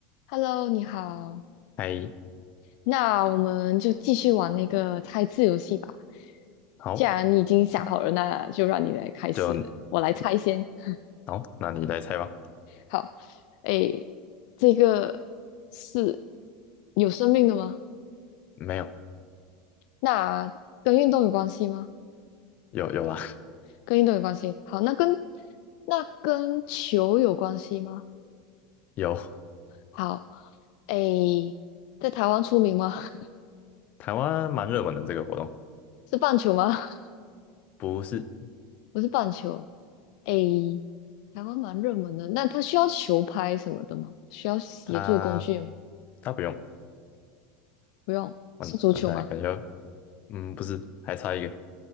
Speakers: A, on the left; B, on the left.
A: Hello，你好。
B: 猜，
A: 那我们就继续玩那个猜字游戏吧。
B: 好，
A: 既然你已经想好了，那就让你来开始，
B: 就
A: 我来猜先。<laughs>
B: 好，那你来猜吧。
A: 好，诶，这个是有生命的吗？
B: 没有，
A: 那跟运动有关系吗？
B: 有有啦，
A: 跟运动有关系。好，那跟那跟球有关系吗？
B: <laughs> 有。
A: 好，诶，在台湾出名吗？<laughs>
B: 台湾蛮热门的这个活动，
A: 是棒球吗？<laughs>
B: 不是
A: 不是棒球。A，台湾蛮热门的，那它需要球拍什么的吗？需要协助工具吗？
B: 他他不用，
A: 不用，
B: 完完蛋了，
A: 是足球吗？
B: 感觉，嗯，不是，还差一个，